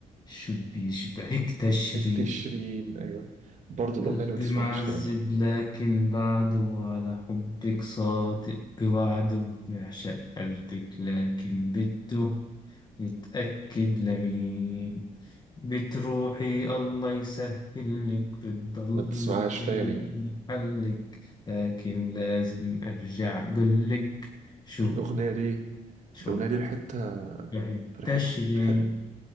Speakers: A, on the left; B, on the right.
A: شو بيشبهك تشرين
B: تشرين ايوه برضه الاغنيه
A: قلبي
B: دي ما تسمعهاش
A: معذب
B: تاني
A: لكن بعده على حبك صادق بوعده بعشق قلبك لكن بده يتأكد لمين بتروحي الله يسهل لك بتضل
B: ما تسمعهاش
A: بقلبي
B: تاني
A: محلك لكن لازم أرجع أقولك شو
B: الاغنيه دي
A: شو
B: الاغنيه دي ريحتها
A: بيشبهك
B: ريحت
A: تشرب
B: ريح-